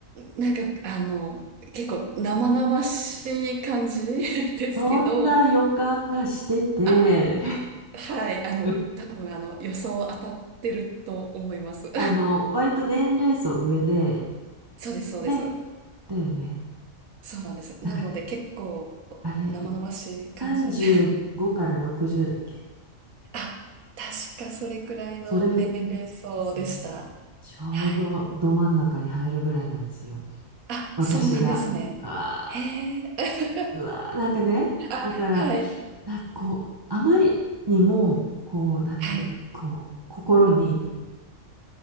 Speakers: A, on the right; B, on the right.
A: なんか、あの、結構生々しい感じ <laughs> ですけど、
B: そんな予感がしてて、
A: あ、はい、あの、
B: <laughs>
A: 多分あの、予想当たってると思います。
B: あの、割と年齢層上で、
A: <laughs> そうです、そうです。
B: ね、だよね。
A: そうなんです。
B: なんか、
A: なので結構
B: あれ、
A: 生々しい感じで。
B: い35から60だっけ
A: <laughs> あ、確かそれくらいの年齢層でした。
B: それぐらいですよね。ちょうどど真ん中に入るぐらいなんですよ。
A: はい。あ、
B: 私が。
A: そうなんですね。
B: ああ、
A: へえ。
B: うわー、なんかね、
A: <laughs> あ、
B: だから、
A: はい。
B: なんかこう、あまりにも、こう、なんていうか、
A: はい。
B: こう、心に